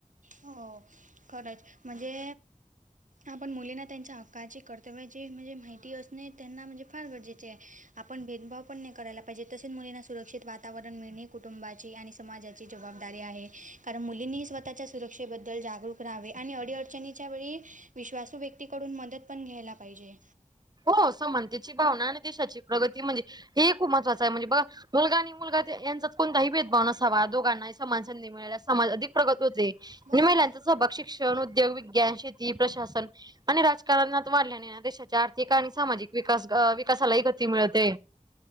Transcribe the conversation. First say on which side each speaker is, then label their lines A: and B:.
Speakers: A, on the right; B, on the right.
A: हो खरंच म्हणजे आपण मुलींना त्यांच्या हक्काची कर्तव्याची माहिती- नाही त्यांना म्हणजे फार गरजेचे आहे आपण भेदभाव पण नाही करायला पाहिजे तसेच मुलींना सुरक्षित वातावरण मिळणे कुटुंबाची आणि समाजाची जबाबदारी आहे. कारण मुलींनीही स्वतःच्या सुरक्षेबद्दल जागरूक राहावे. आणि अडी अडचणीच्या वेळी विश्वासू व्यक्तीकडून मदत पण घ्यायला पाहिजे.
B: हो समानतेची भावना आणि देशाची प्रगती म्हणजे हे ही खूप महत्त्वाच आहे. म्हणजे बघा मुलगा आणि मुलगा यांचाच कोणताही भेदभाव नसावा. दोघांनाही समान संधी समाज अधिक प्रगत होते.
A: बरोबर
B: आणि महिलांचा सहभाग शिक्षण उद्योग विद्यान शेत ती प्रशासन आणि राजकारणात वाढल्याने देशाचे आर्थ र्थिक आणि सामाजिक विकास अ विकासालाही गती मिळते.